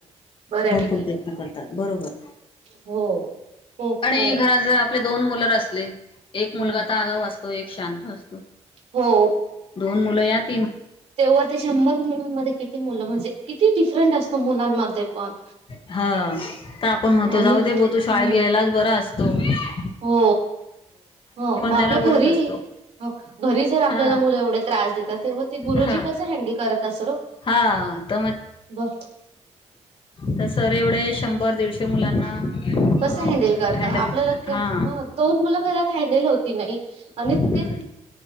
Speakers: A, on the right; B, on the left.
A: बराठी
B: भूर प्रयत्न करतात बरोबर
A: हो खूप
B: आणि
A: खूप
B: घरात जर आपले दोन मुल असले एक
A: हम्म
B: मुलगा तर आगावा असतो एक शांत असं
A: हो
B: पन मुलं यात
A: तेव्हा ते शंभर मुलांमध्ये किती मुलं म्हणजे किती डिफरंट असतो मुलांमध्ये पण
B: हा तर आपण म्हणतो
A: आणि
B: जाऊ दे बोलतो शाळेत
A: हो
B: गेलेलाच बरास असतो तो
A: हो हो मग आपल्या
B: त्याला बोलत
A: घरी
B: असतो
A: घरी जर आपल्याला
B: हा
A: मुलं एवढे त्रास देतात तेवड ते गुरुजी
B: हा.
A: कस हॅडल करत असल
B: हा तर
A: वो
B: त सर एवढे शं बर दीडशे मुलांना अ
A: कस हँडल करता
B: हँडल
A: आपल्याला
B: हा
A: दोन मुलं घरात हँडेल ती नाइ आणि
B: हम्म.
A: ते